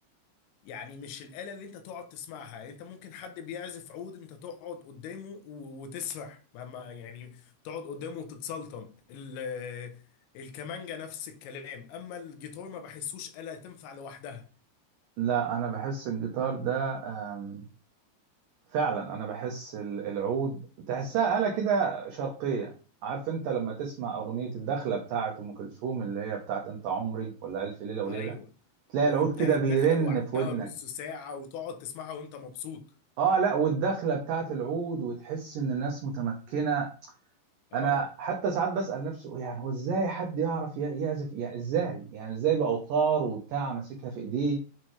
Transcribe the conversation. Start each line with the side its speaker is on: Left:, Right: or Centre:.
Left: يعني مش الآلة اللي انت تقعد تسمعها يعني انت ممكن حد بيعزف عود انت تقعد قدامه و- وتسرح ما ما يعني تقعد قدامه وتتسلطن ال- الكمانجة نفس الكلام اما الجيتار ما بحسوش آلة تنفع لوحدها
Right: لا أنا بحس الجيتار ده أم، فعلا أنا بحس ال- العود تحسها آلة كده شرقية عارف أنت لما تسمع أغنية الدخلة بتاعت أم كلثوم اللي هي بتاعت أنت عمري ولا ألف ليلة وليلة
Left: ايوه
Right: تلاقي
Left: وتلاقي
Right: العود كده بيرن
Left: الدخلة لوحدها
Right: في ودنك
Left: نص ساعة وتقعد تسمعها وانت مبسوط
Right: اه لا والدخله بتاعت العود وتحس ان الناس متمكنه
Left: اه
Right: انا حتى ساعات بسال نفسي يعني هو ازاي حد يعرف ي- يعزف يعني ازاي يعني ازاي باوتار وبتاع ماسكها في ايديه